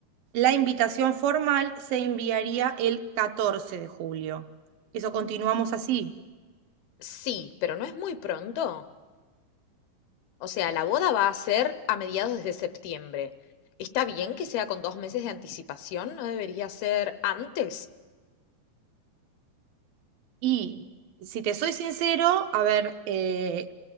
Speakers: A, on the right (about 75°); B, on the left (about 80°).
A: La invitación formal se enviaría el 14 de julio. Eso continuamos así.
B: sí, pero no es muy pronto. O sea, la boda va a ser a mediados de septiembre. ¿Está bien que sea con dos meses de anticipación? ¿No debería ser antes?
A: Y si te soy sincero, a ver, eh,